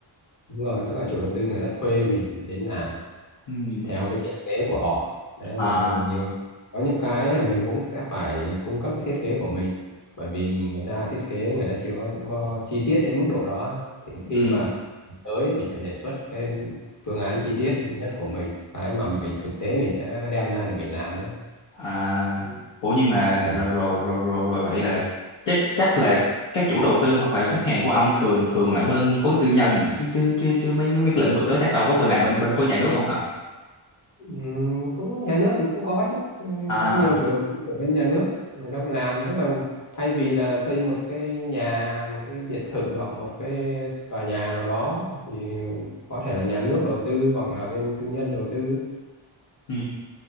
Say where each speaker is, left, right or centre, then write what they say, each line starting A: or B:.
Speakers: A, on the left; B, on the left.
A: đúng rồi tức là chủ đầu tư người ta thuê mình đến làm
B: Ừ.
A: theo cái thiết kế của họ đấy
B: À,
A: mà nhiều có những cái là mình cũng sẽ phải cung cấp cái thiết kế của mình bởi vì người ta thiết kế người ta chưa có, có chi tiết đến mức độ đó thì khi
B: ừ.
A: mà tới mình phải đề xuất cái phương án chi tiết nhất của mình cái mà mình thực tế mình sẽ đem ra để mình làm đó
B: À. Ủa nhưng mà
A: ừ.
B: rồi rồi rồi rồi vậy là chắc chắc là các chủ đầu tư hoặc là khách hàng của ông thường thường là bên khối tư nhân nhỉ? chứ chứ chứ chứ mấy cái mấy cái lĩnh vực đó chắc đâu có bên làm bên bên khối nhà nước không hả?
A: Ừm, cũng nhà nước thì cũng có chứ Ừm,
B: À,
A: có nhiều chủ đầu tư của bên nhà nước người ta cũng làm tức là thay vì là xây một cái nhà một cái biệt thự hoặc một cái tòa nhà nào đó thì có thể là nhà nước đầu tư hoặc là bên tư nhân đầu tư
B: ừ.